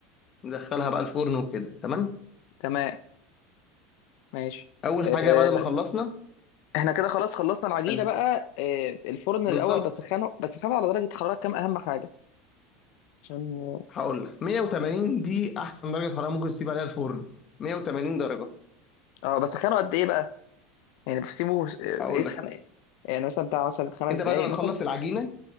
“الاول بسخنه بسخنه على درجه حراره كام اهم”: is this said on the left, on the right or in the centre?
Left